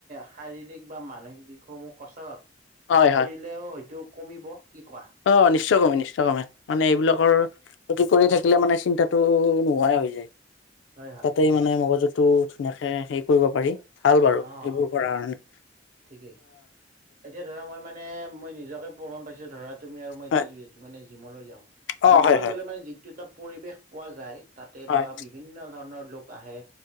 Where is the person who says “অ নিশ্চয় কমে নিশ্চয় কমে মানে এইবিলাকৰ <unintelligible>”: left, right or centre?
Left